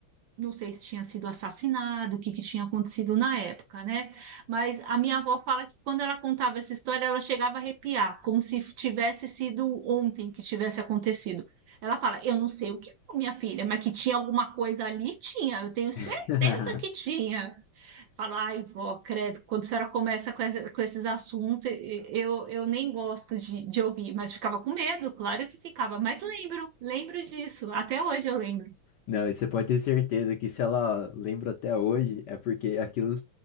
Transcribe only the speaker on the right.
não sei se tinha sido assassinado, o que, que tinha acontecido na época, né? Mas a minha avó fala que quando ela contava essa história, ela chegava a arrepiar, como se tivesse sido ontem que tivesse acontecido. Ela fala: Eu não sei o que foi, minha filha, mas que tinha alguma coisa ali, tinha, eu tenho certeza
que tinha. Fala: Ai, vó, credo, quando a senhora começa com, essa- com esses assuntos, eu, eu nem gosto de, de ouvir, mas ficava com medo, claro que ficava, mas lembro, lembro disso, até hoje eu lembro,